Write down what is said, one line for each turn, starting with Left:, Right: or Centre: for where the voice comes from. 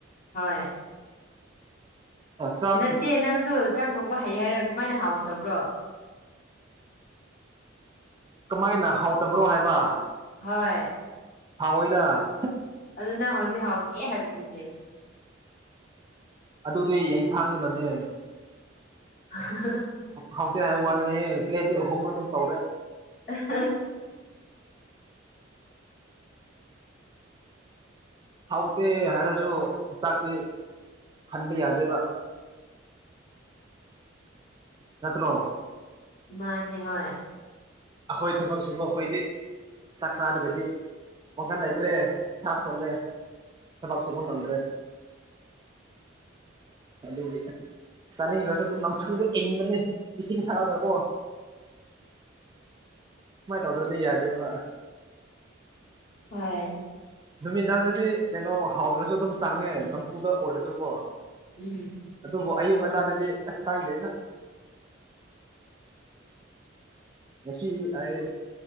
Left: ꯍꯣꯏ꯫
Right: ꯆꯥꯛ
Left: ꯅꯠꯇꯦ ꯅꯪꯗꯨ ꯆꯥꯛ ꯊꯣꯡꯕ ꯍꯩꯌꯦ ꯍꯥꯏꯔ ꯀꯃꯥꯏꯅ ꯍꯥꯎꯇꯕ꯭ꯔꯣ꯫
Right: ꯀꯃꯥꯏꯅ ꯍꯥꯎꯇꯕ꯭ꯔꯣ ꯍꯥꯏꯕꯥ꯫
Left: ꯍꯣꯏ
Right: ꯍꯥꯎꯏꯅ
Left: ꯑꯗꯨ ꯅꯪ ꯍꯧꯖꯤꯛ ꯍꯥꯎꯇꯦ ꯍꯥꯏꯕꯗꯨꯗꯤ
Right: ꯑꯗꯨꯗꯤ ꯌꯦꯡꯁꯥꯡꯗꯨꯅꯅꯦ
Left: <unintelligible>
Right: ꯍꯥꯎꯇꯦ ꯍꯥꯏ ꯋꯥꯅꯦꯍꯦ ꯄ꯭ꯂꯦꯗꯤ ꯑꯍꯨꯝ ꯑꯗꯨꯝ ꯇꯧꯔꯦ
Left: ꯑ ꯍ <unintelligible>
Right: ꯍꯥꯎꯇꯦ ꯍꯥꯏꯔꯁꯨ ꯆꯥꯛꯇꯤ ꯍꯟꯕ ꯌꯥꯗꯦꯕ ꯅꯠꯇ꯭ꯔꯣ
Left: ꯃꯥꯅꯦ ꯍꯣꯏ
Right: ꯑꯈꯣꯏ ꯊꯕꯛ ꯁꯨꯕ ꯑꯈꯣꯏꯗꯤ ꯆꯥꯛ ꯆꯥꯗ꯭ꯔꯗꯤ ꯋꯥꯡꯈꯟ ꯂꯩꯇ꯭ꯔꯦ ꯏꯁꯥ ꯁꯣꯟꯂꯦ ꯊꯕꯛ ꯁꯨꯨꯕ ꯉꯝꯗ꯭ꯔꯦ ꯑꯗꯨꯒꯤ ꯆꯥꯅꯤꯡꯗ꯭ꯔꯁꯨ ꯑꯗꯨꯝ ꯅꯝꯐꯨꯗ ꯏꯟꯕꯅꯦ ꯏꯁꯤꯡ ꯊꯛꯑꯒ ꯀꯣ ꯁꯨꯃꯥꯏꯟ ꯇꯧꯗ꯭ꯔꯗꯤ ꯌꯥꯗꯦꯕ
Left: ꯍꯣꯏ
Right: ꯅꯨꯃꯤꯗꯥꯡꯗꯗꯤ ꯀꯩꯅꯣ ꯍꯥꯎꯗ꯭ꯔꯁꯨ ꯑꯗꯨꯝ ꯆꯪꯉꯦ ꯅꯝꯐꯨꯗ ꯑꯣꯏꯔꯁꯨꯀꯣ
Left: ꯎꯝ
Right: ꯑꯗꯨꯕꯨ ꯑꯌꯨꯛ ꯉꯟꯇꯥꯗꯗꯤ ꯑꯁ ꯇꯥꯡꯗꯦꯗ ꯉꯁꯤ ꯑꯩ